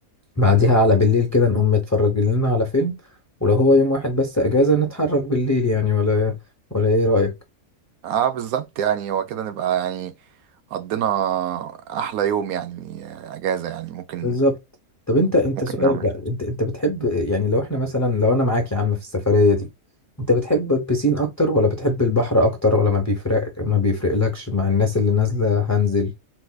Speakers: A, on the left (about 25°); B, on the right (about 75°).
A: بعديها على بالليل كده نقوم نتفرج لنا على فيلم ولو هو يوم واحد بس اجازه نتحرك بالليل يعني ولا ولا ايه رايك
B: آه، بالظبط يعني هو كده نبقى يعني قضينا احلى يوم يعني آه، اجازة يعني ممكن
A: بالظبط طب انت انت
B: ممكن
A: سؤال
B: نعمل
A: بقى انت انت بتحب يعني لو احنا مثلا لو انا معاك يا عم في السفرية دي انت بتحب البسين اكتر ولا بتحب البحر اكتر ولا ما بيفرق ما بيفرقلكش مع الناس اللي نازلة هنزل